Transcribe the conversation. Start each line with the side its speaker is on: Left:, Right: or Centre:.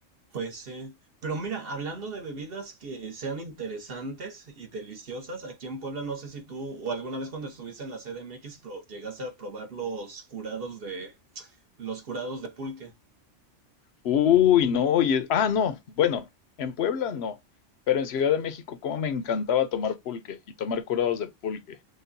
Right: Pues sí. Pero mira, hablando de bebidas que sean interesantes y deliciosas, aquí en Puebla no sé si tú o alguna vez cuando estuviste en la CDMX pro- llegaste a probar los curados de los curados de pulque.
Left: Uy, no, y es- ah, no, bueno, en Puebla no, pero en Ciudad de México, cómo me encantaba tomar pulque y tomar curados de pulque.